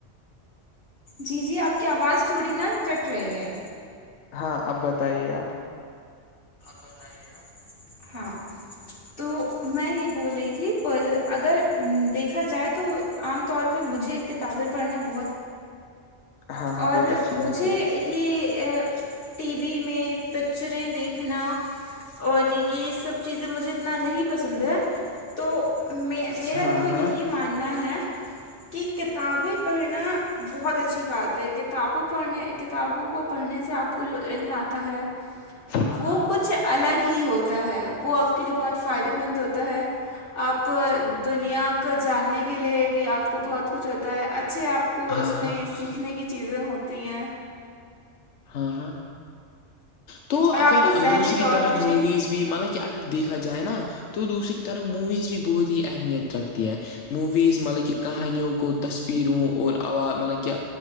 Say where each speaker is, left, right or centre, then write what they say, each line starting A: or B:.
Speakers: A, on the left; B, on the left.
A: جی جی آپ کی آواز تھوڑی نا کٹ رہی ہے
B: ہاں اب بتائیے آپ
A: بتائیے آپ ہاں
B: ا <inaudible>
A: تو میں یہ بول رہی تھی اگر دیکھا جائے تو عام طور پہ مجھے ک ب
B: ہاں
A: م <unintelligible>
B: ہاں بہت اچھی بات ہے
A: یہ ٹی وی میں پکچریں دیکھ رکھنا اور یہ سب چیزیں مجھے اتنا نہیں پسند ہے تو میں میرا
B: ہاں
A: تو یہی
B: ہاں
A: ماننا ہے کہ کتابیں پڑھنا بہت اچھی بات ہے کتابوں پڑھنے کتابوں کو پڑھنے سے آپ کو جو علم آتا ہے
B: ہاں
A: وہ
B: ہاں
A: کچھ الگ ہی ہوتا ہے وہ آپ کے لیے بہت فائدے مند ہوتا ہے آپ دنیا کو جاننے کے لیے بھی آپ کو بہت کچھ ہوتا ہے اچھا اچھے آپ کو
B: ہاں
A: اس
B: ہاں
A: میں سیکھنے کی چیزیں ہوتی ہیں
B: ہاں ہاں تو
A: اور
B: اگر
A: آپ کو ذہنی
B: دوسری
A: طور
B: طرف
A: پہ
B: موویز بھی مطلب کہ اگر دیکھا جائے نا تو دوسری طرف موویز بھی بہت ہی اہمیت رکھتی ہیں موویز مطلب کہ کہانیوں کو تصویروں اوراز مطلب کہ